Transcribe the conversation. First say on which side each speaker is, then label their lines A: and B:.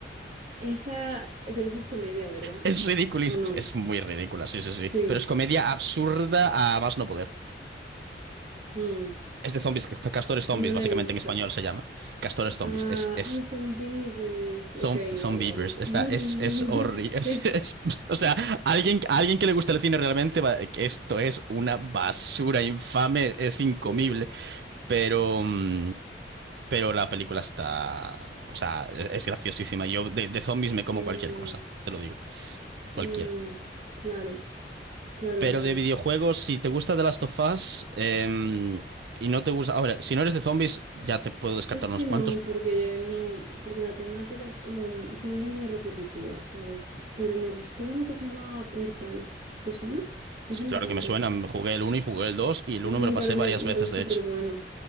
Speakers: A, on the right (about 45°); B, on the right (about 65°).
A: Esa, pero eso es comedia, ¿verdad?
B: Es ridícula,
A: ¿O
B: y es,
A: no?
B: es muy ridícula, sí, sí, sí.
A: Sí,
B: Pero es comedia absurda a más no poder.
A: mm,
B: Es de zombies, que- castores zombies,
A: no la
B: básicamente
A: he visto.
B: en español se llama. Castores zombies.
A: Ah,
B: Es, es
A: ah, son vives.
B: Son,
A: Ok,
B: son
A: vale,
B: Beavers.
A: vale.
B: Está,
A: <laughs>
B: es, es horrible.
A: Ok,
B: <laughs> o sea, alguien, alguien que le gusta el cine realmente, va- que esto es una basura infame, es incomible.
A: sí.
B: Pero, mm, pero la película está, o sea, es, es graciosísima. Yo de, de zombies me como
A: mm,
B: cualquier cosa, te lo digo, cualquiera.
A: mm, claro, claro,
B: Pero
A: claro.
B: de videojuegos, si te gusta The Last of Us, em, y no te gusta, ahora, si no eres de zombies, ya te puedo descartar
A: Es
B: unos
A: que
B: cuantos.
A: no, porque no, porque la temática es como, se me hace muy repetitiva, ¿sabes? Pero me gustó uno que se llama Portal. ¿Te suena?
B: Sí,
A: Ese me
B: Claro
A: encantó.
B: que me suenan, jugué el uno y jugué el 2 y el
A: Ese
B: uno me
A: me
B: lo pasé
A: parece,
B: varias
A: me
B: veces,
A: parece
B: de
A: súper
B: hecho.
A: bueno.